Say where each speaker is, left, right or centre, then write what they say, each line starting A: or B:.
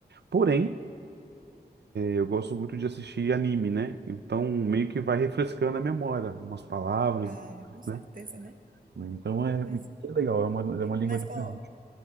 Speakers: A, on the right (about 85°); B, on the right (about 55°).
A: porém, Eu gosto muito de assistir anime, né? Então meio que vai refrescando a memória, umas palavras,
B: Ah, com certeza,
A: né?
B: né?
A: Então é, é
B: Mas,
A: legal, é uma, é uma língua
B: mas
A: diferente.
B: ó,